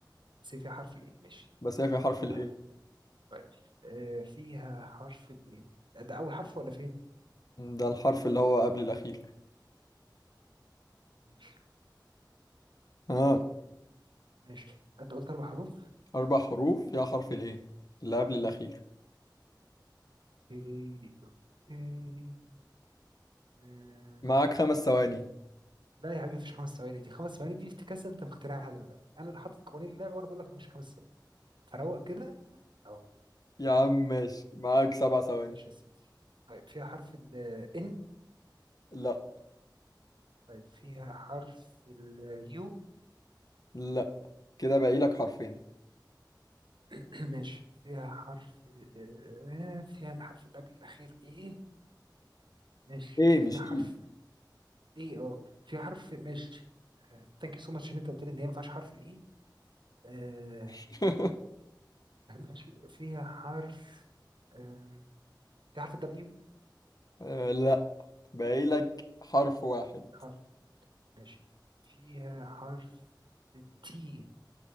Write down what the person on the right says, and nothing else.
بس هي فيها حرف الايه ماشي
فيها
حرف طيب آه، فيها حرف الايه ده اول حرف ولا فين
ماشي
ماشي انت قلت اربع حروف
اوكي اوكي آه.
لا يا حبيبي مفيش خمس ثواني دي خمس ثواني دي افتكاسه انت مخترعها دلوقتي انا اللي حاطط قوانين اللعبه وانا بقول لك مفيش خمس ثواني فروق كده اه
ماشي يا سيدي طيب فيها حرف ال N
طيب فيها حرف ال U
<clears throat> ماشي فيها حرف ال- آه، فيها الحرف اللي قبل الأخير إيه ماشي
فيها
حرف
اي اه في حرف ماشي ثانك يو سو ماتش ان انت قلت لي ان هي ما فيهاش حرف الاي آه
ماشي فيها حرف آه في حرف الدبليو
حرف ماشي فيها حرف التي